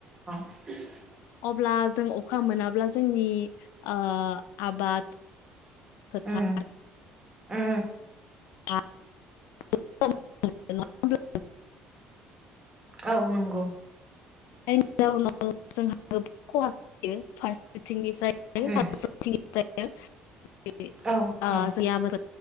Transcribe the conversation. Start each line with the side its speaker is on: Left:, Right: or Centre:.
Right: <inaudible>
Left: अब्ला जों अखा मोनाब्ला जोंनि ओ आबाद फोथार
Right: ओ ओ।
Left: <inaudible> <unintelligible>
Right: औ नंगौ।
Left: जायनि जाउनाव जोंहा गोबां खहा जायो। फारसेथिंनिफ्राय <unintelligible>
Right: उम औ औ
Left: खरान